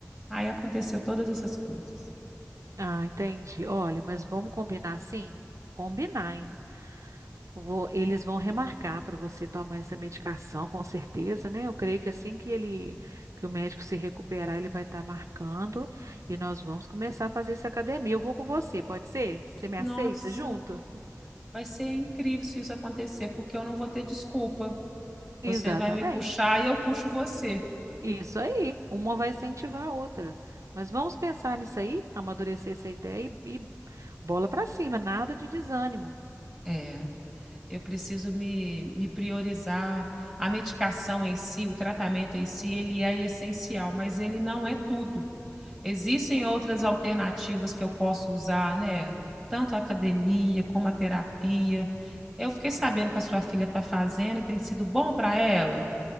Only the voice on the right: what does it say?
Ah, entendi. Olha, mas vamos combinar sim? Combinar, hein? Vou- eles vão remarcar para você tomar essa medicação, com certeza, né? Eu creio que assim que ele, que o médico se recuperar, ele vai estar marcando e nós vamos começar a fazer essa academia. Eu vou com você, pode ser? Você me
aceita junto?
Exatamente.
Isso aí. Uma vai incentivar a outra. Mas vamos pensar nisso aí, amadurecer essa ideia e, e bola para cima, nada de desânimo.
Sim.